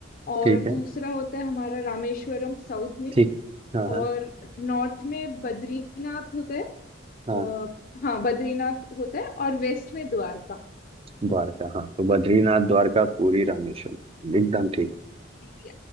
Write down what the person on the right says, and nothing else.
ठीक
है
ठीक हाँ
हाँ
हाँ
द्वारका हाँ तो बद्रीनाथ द्वारका पुरी रामेश्वरम एकदम ठीक